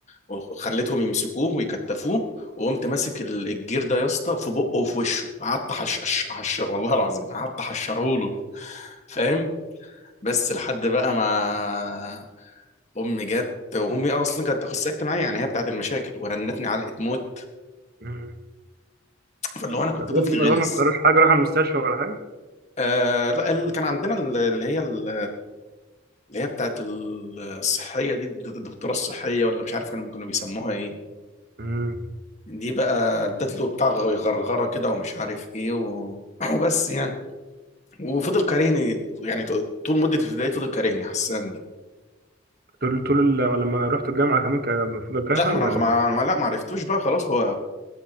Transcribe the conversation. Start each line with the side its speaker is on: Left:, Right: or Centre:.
Left: وخليتهم يمسكوه ويكتفوه وقمت ماسك ال- الجير ده يا اسطى في بقه وفي وشه قعدت حش حش حش والله العظيم قعدت حشره له فاهم بس لحد بقى ما امي جت وامي اصلا كانت اخصائيه اجتماعيه يعني هي بتاعت المشاكل ورنتني علقه موت
Right: <laughs>
Left: فلو انا كنت
Right: فالواد
Left: طفل
Right: ما
Left: غلس
Right: هو ما حصلوش حاجة راح المستشفى ولا حاجة
Left: آه لا ال- كان عندنا ال- اللي هي ال- اللي هي بتاعت ال- الصحيه دي الد- الدكتوره الصحيه ولا مش عارف كانوا كانوا بيسموها ايه
Right: مم.
Left: دي بقى ادت له بتاع غ- غرغره كده ومش عارف ايه و... <clears throat> وبس يعني وفضل كارهني يعني ط- طول مده الابتدائي فضل كارهني حسان ده
Right: طول طول ال- لما رحت الجامعة كمان كان المفروض كارهة
Left: لا ما
Right: ولا
Left: انا ما ما- لا ما عرفتوش بقى خلاص هو